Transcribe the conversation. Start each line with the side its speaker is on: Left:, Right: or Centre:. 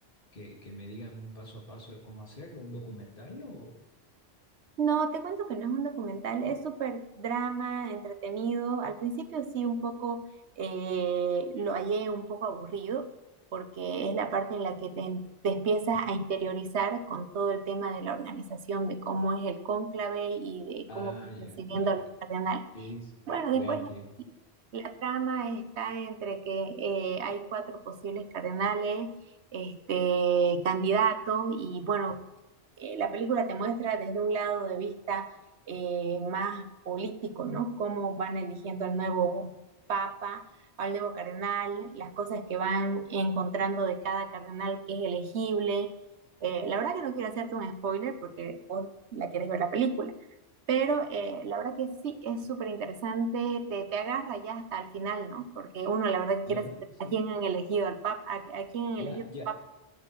Left: que, que me digan un paso a paso de cómo hacerlo, un documental o...
Right: No, te cuento que no es un documental, es súper drama, entretenido. Al principio sí, un poco eh, lo hallé un poco aburrido, porque es la parte en la que te, te empiezas
Left: <laughs>
Right: a interiorizar con todo el tema de la organización, de cómo es el cónclave y de
Left: Ah,
Right: cómo van
Left: ya,
Right: recibiendo
Left: claro.
Right: a los cardenales.
Left: Sí, sí,
Right: Bueno,
Left: sí, ya
Right: después
Left: entiendo.
Right: no, sí, la trama está entre que eh, hay cuatro posibles cardenales, este, candidatos, y bueno, eh, la película te muestra desde un lado de vista eh, más político, ¿no? Cómo van eligiendo al nuevo papa, al nuevo cardenal, las cosas que van encontrando de cada cardenal que es elegible. Eh, la verdad que no quiero hacerte un spoiler porque vos la quieres ver la película. Pero eh, la verdad que sí es súper interesante, te, te agarra ya hasta el final, ¿no? Porque uno la verdad que quiere
Left: La verdad
Right: saber
Left: que sí.
Right: a quién han elegido al papa, a, a quién han
Left: Ya,
Right: elegido al
Left: ya,
Right: papa.